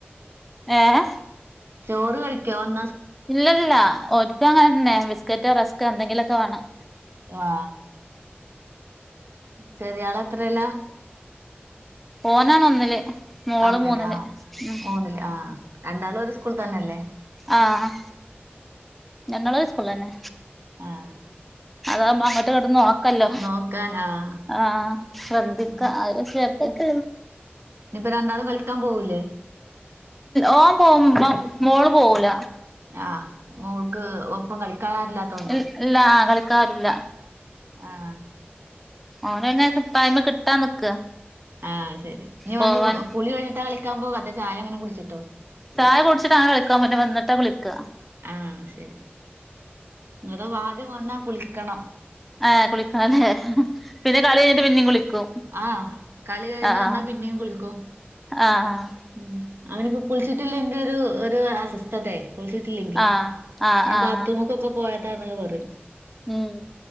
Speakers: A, in the centre; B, on the right.
A: ഏഹ
B: ചോറ് കഴിക്കോ വന്ന
A: ഇല്ല ഇല്ല ഒരിക്ക അങ്ങന തന്നെ ബിസ്ക്കറ്റ് റസ്ക് എന്തെങ്കിലുമൊക്കെ വേണം
B: ആ ചെറിയള എത്രല്ലാ
A: ഓനാണ് ഒന്നില് മോള്
B: അന്നില്
A: മൂന്നില്
B: ആ്
A: ഉം
B: മൂന്നില് ആഹ് രണ്ടാളും ഒരു സ് കൂൾ. തന്നല്ലേ
A: ആ ഞങ്ങൾ ഒരു സ്കൂള തന്നെ
B: ആഹ്
A: അതാവുമ്പോ അങ്ങോട്ട് കടന്ന് നോക്കല്ലോ
B: നോക്കാൻ ആഹ്
A: ആഹ ശ്രദ്ധിക്ക
B: ഉം
A: ശ്രദ്ധിക്ക
B: ഇനിയിപ്പൊ രണ്ടാളും കളിക്കാൻ പോവൂല്ലേ
A: ഓൻ പോവുമ്പോ മോള് പോകൂല
B: ആഹ് മോൾക്ക് ഒപ്പം കളിക്കാനരില്ലാത്തോണ്ടോ
A: ഇല്ല കളിക്കാരില്ല
B: ആഹ
A: ഓനന്ന പായ്മ കിട്ടാ നിക്ക
B: ആഹ് ശരി നീ
A: പോവാൻ
B: വന്ന് കുളി കഴിഞ്ഞിട്ടാ കളിക്കാൻ പോ അത ചായ അങ്ങനെ കുടിച്ചിട്ടോ
A: ചായ കുടിച്ചിട്ട്ങ്ങന കളിക്കാൻ വന്നിട്ട് കുളിക്കുക
B: ആഹ ശരി ങ്ങിട്ട് ആദ്യം വന്നാ കുളിക്കണം
A: ആ കുളിക്കല്ലേ പിന്നെ കളി കഴിഞ്ഞിട്ട് പിന്നും കുളിക്കും
B: ആഹ കളി കഴിഞ്
A: ആഹ്
B: വന്നാ പിന്നെയും കുളിക്കും
A: ആഹ്
B: ഉ അവനക്ക് കുളിച്ചിട്ടില്ല ഒരു അസ്വസ്ഥത ളിച്ചിട്ടില്ലെങ്കിൽ
A: ആഹ് ആഹ്
B: ഞാൻ
A: ആഹ്
B: ബാത്റൂമക്കൊക്കെ പോയതാണ് പറ
A: ഉം